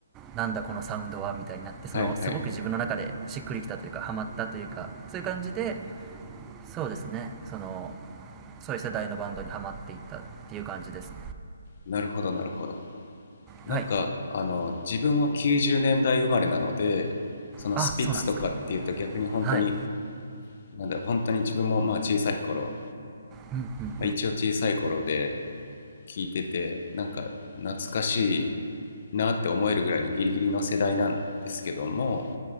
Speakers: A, on the right; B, on the left.
A: なんだこのサウンドはみたいになってそのすごく自分の中でしっくりきたというかハマったというかそういう感じで
B: はいはい。
A: そうですねそのそういう世代のバンドにハマっていったっていう感じです
B: なるほどなるほど。なんか、
A: はい
B: あの、自分は90年代生まれなので、そのスピッツとかっていうと逆に本当に、
A: あそうなんですかはい
B: なんだろう、本当に自分もまあ小さい頃、
A: うんうんうん
B: まあ、一応小さい頃で聞いててなんか懐かしいなって思えるぐらいのギリギリの世代なんですけども